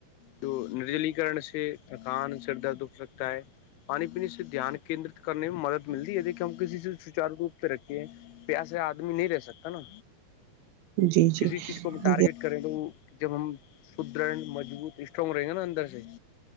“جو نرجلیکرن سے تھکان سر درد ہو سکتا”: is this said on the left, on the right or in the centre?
Left